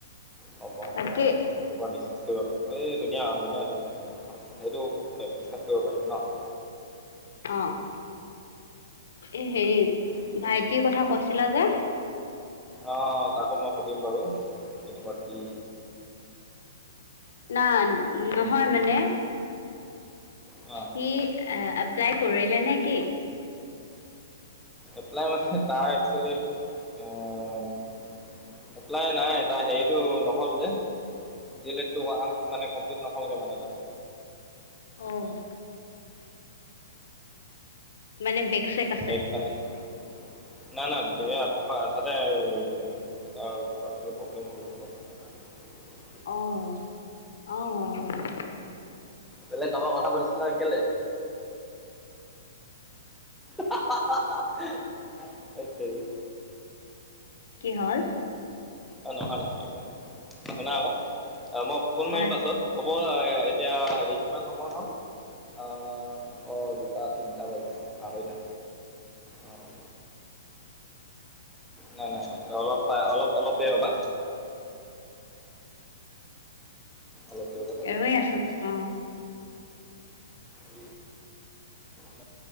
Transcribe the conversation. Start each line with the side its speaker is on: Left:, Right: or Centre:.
Centre: হ'ব হ'ব
Left: বাকী
Centre: <unintelligible> ডিছকাছ কৰিব এই ধুনীয়া ধুনীয়া-ধুনীয়া ধুনীয়া কথা কৈছা সেইটো ডিছকাছ কৰিব পাৰিম ন'।
Left: অ', এ হেৰি
Centre: ঠিকে
Left: ভাইটিৰ
Centre: আছে
Left: কথা কৈছিলা যে।
Centre: অ', তাকো মই সুধিম বাৰু কেনেকুৱা কি
Left: নাই
Centre: কেনেকৈ
Left: নহয়
Centre: কি কৰিম
Left: মানে।
Centre: অ'।
Left: সি এ-এপ্লাই কৰিলে নে কি?
Centre: এপ্লাই মানে তাৰ এক্সুয়েলি অহ এপ্লাই নাই তাৰ হেৰিটো ন'হল যে। দি এল এডটো হোৱা হ'ল মানে কমপ্লিট নহ'লগে মানে তাৰ।
Left: অ', মানে বেক চেক আছে।
Centre: <unintelligible> না, না ডেৰ আধা আধাতে এৰি দিলে মানে তাৰ পাৰ্চনেল প্ৰব্লেম হ'ল অলপ। <inaudible>
Left: অ', অ'।
Centre: বেলেগ কাৰোবাক কথা পাতিছিলা কেলে? হেট টেৰী।
Left: কি হ'ল?
Centre: অ, নহয় নহয় একো নহয়। শুনা আকৌ, মই ফোন
Left: হয়
Centre: মাৰিম পাছত। হ'ব এতিয়া হেৰি, কিমান সময় হ'ল? আহ অ' দুটা, তিনিটা বাজিছে আঢ়ৈটা। অ', নাই নাই, অলপ পাই অলপ, অলপ দেৰি ৰ'বা। অলপ ৰ'বা তাৰপিছত,
Left: ৰৈ আছো অ
Centre: অ' হেৰি